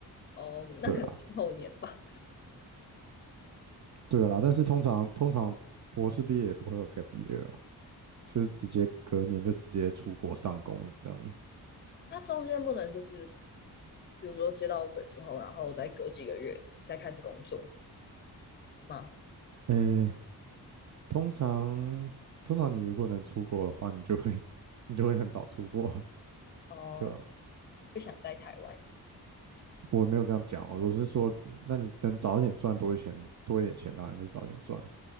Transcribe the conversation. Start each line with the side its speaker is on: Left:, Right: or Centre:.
Left: 哦，那可能就是后年吧。
Right: 对啊，对啊，但是通常通常博士毕业也不会有 gap year 啊，就是直接隔年就直接出国上工这样子。
Left: 它中间不能就是比如说接到 offer 之后，然后再隔几个月再开始工作吗？
Right: 诶，通常通常你如果能出国的话，你就会 <laughs> 你就会很早出国啊
Left: 哦，
Right: 对啊，
Left: 不想待台湾，
Right: 我没有这样讲哦，我是说，那你能早一点赚多一点钱，多一点钱当然就早点赚。